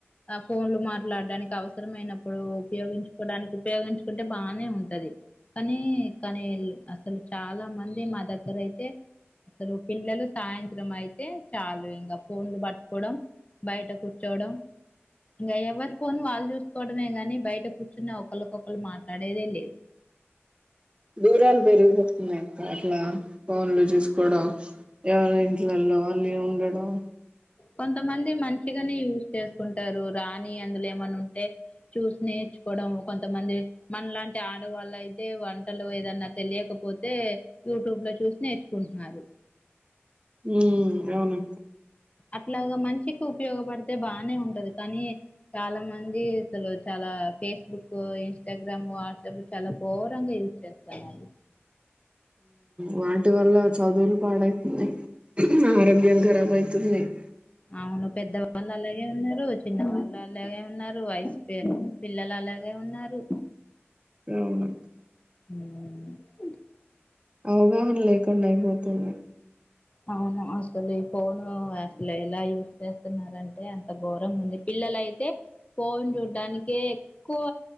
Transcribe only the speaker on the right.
దూరాలు పెరిగిపోతున్నాయి అక్క అట్లా ఫోన్లు చూసుకోవడం ఎవరి ఇంట్లలో ఆల్లే ఉండడం
ఉ అవును
వాటి వల్ల చదువులు పాడైతున్నాయి ఆరోగ్యం ఖరాబ్ అయితు తున్నయ్
అవును
అవగాహన లేకుండా అయిపోతుంది